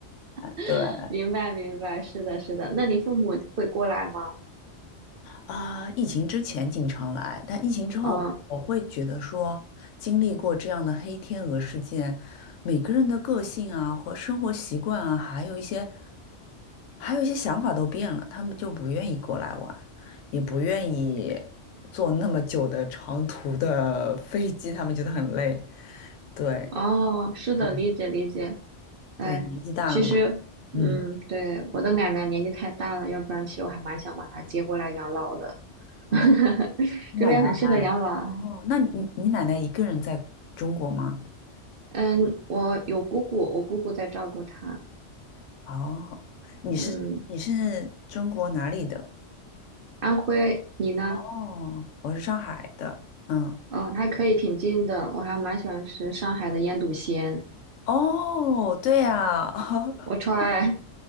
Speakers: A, on the right (about 60°); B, on the left (about 80°).
A: <laughs>
B: 对。
A: 明白明白，是的，是的。那你父母会过来吗？
B: 啊，疫情之前经常来，但疫情之后，
A: 嗯，
B: 我会觉得说，经历过这样的黑天鹅事件，每个人的个性啊和生活习惯啊，还有一些，还有一些想法都变了，他们就不愿意过来玩，也不愿意坐那么久的长途的 <laughs> 飞机，他们觉得很累。对，
A: 哦，是的，
B: 嗯
A: 理解理解。哎，
B: 对，年纪大了嘛，
A: 其实，
B: 嗯，
A: 嗯，对，我的奶奶年纪太大了，要不然其实我还蛮想把她接过来养老的。
B: 哦，
A: <laughs>
B: 你奶奶，
A: 这边很适合养老。
B: 哦，那你你奶奶一个人在中国吗？
A: 嗯，我有姑姑，我姑姑在照顾她。
B: 哦，你是你是中国哪里的？
A: 嗯，安徽，你呢？
B: 哦，我是上海的。嗯，
A: 嗯，还可以，挺近的。我还蛮喜欢吃上海的腌笃鲜，
B: 哦，对呀，<laughs>
A: 我超爱。